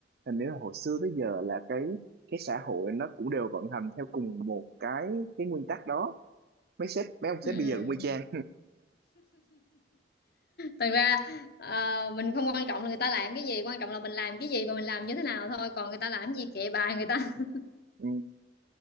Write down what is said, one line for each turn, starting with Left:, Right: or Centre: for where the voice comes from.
Right: hình như là hồi xưa tới giờ là cái cái xã hội nó cũng đều vận hành theo cùng một cái cái nguyên tắc đó mấy sếp mấy ông sếp
Left: Ừm.
Right: bây giờ cũng y chang
Left: thật ra ờ, mình không quan trọng là người ta làm cái gì quan trọng là mình làm cái gì và mình làm như thế nào thôi còn người ta làm cái gì kệ bà người ta <laughs>
Right: ừ,